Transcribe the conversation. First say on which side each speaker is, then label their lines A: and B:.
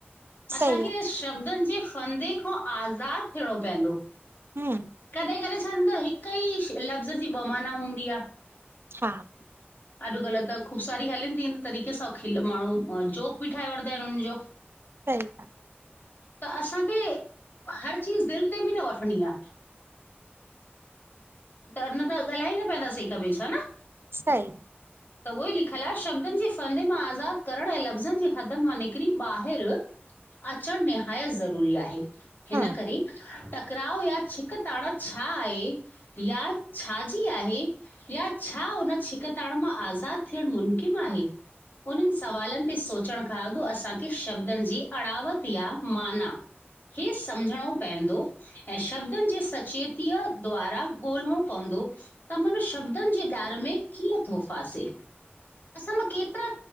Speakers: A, on the left; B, on the right.
A: असांखे
B: सही आ
A: -- शब्दनि जे फदे खां आज़ादु थियणो पवंदो,
B: हूं
A: कॾहिं-कॾहिं छा थींदो हिकु कई लफ़्ज़ जी बमाना हूंदी आ।
B: हा।
A: अॼुकल्ह त ख़ूब सारी हलन ती इन तरीक़े सां खिल माण्हू -- जोक बि ठाहे वठदा आहिन हुनजो।
B: सई आ।
A: त असांखे हर चीज़ दिल ते बि न वठणी आ त न त ॻाल्हाए ई न पवंदासीं हिक ॿे सां न --
B: सई --
A: त उहो ई लिखियलु आहे शब्दनि जे फ़ंदे मां आज़ादु करणु ऐं लफ़्ज़नि जे हदन मां निकिरी ॿाहिर अचणु निहायत ज़रूरी आहे हिन
B: हूं
A: करे टक क्राओ या छिक ताण छा आहे या छाजी आहे या छा हुन छिकताण मां आज़ादु थियणु मुनकिम आहे उन्हनि सवालनि ते सोचण खां अॻु असांखे, शब्दनि जी अड़ावत या माना इहे समुझणो पवंदो ऐं शब्दनि जे सचेतीअ द्वारा ॻोल्हणो पवंदो त मन शब्दनि जे ॼार में कीअं तो फासे, असां मां केतिरा